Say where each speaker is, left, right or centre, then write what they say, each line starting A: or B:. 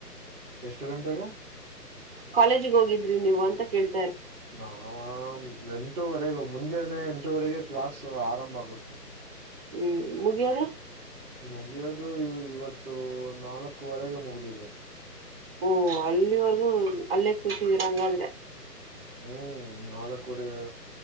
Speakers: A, on the right; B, on the right.
A: ಎಷ್ಟ ಗಂಟೆಗೆ.
B: ಕಾಲೇಜಿಗ್ ಹೋಗಿದ್ರಿ ನೀವು ಅಂತ ಕೇಳ್
A: ನಾವ ನಂಟೂುವರೆಗ್ ಮುನ್ ಮುಂಜಾನೆ ಎಂಟುವರೆಗೆ ಕ್ಲಾಸ್ ಆರಂಭ ಆಗುತ್ತೆ.
B: ಹ್ಮ್ ಮುಗ್ಯೋದು.
A: ಮುಗ್ಯೋದು ಇವ್ ಇವತ್ತು ನಾಲ್ಕುವರೆಗೆ ಮುಗಿದಿದೆ.
B: ಓಹ ಅಲ್ಲಿವರ್ಗೂ ಅಲ್ಲೇ ಕೂತಿದೀರ ಹಂಗಾದ್ರೆ.
A: ಹ್ಮ್ ನಾಲ್ಕವರೆಗೆ